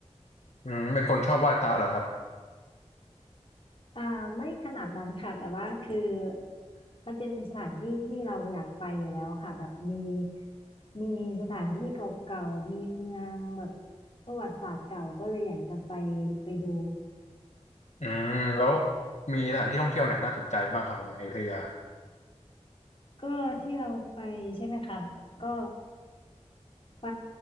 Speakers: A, on the left (about 70°); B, on the left (about 50°).
A: อืมเป็นคนชอบไหว้พระเหรอครับ
B: อ่าไม่ขนาดนั้นค่ะแต่ว่าคือมันเป็นสถานที่ที่เราอยากไปอยู่แล้วค่ะแบบมีมีสถานที่เก่าๆมีเมืองแบบประวัติศาสตร์เก่าก็เลยอยากจะไปไปดู
A: อืมแล้วมีสถานที่ท่องเที่ยวไหนน่าสนใจบ้างครับผมในอยุธยา
B: ก็ที่เราไปใช่ไหมคะก็ ไป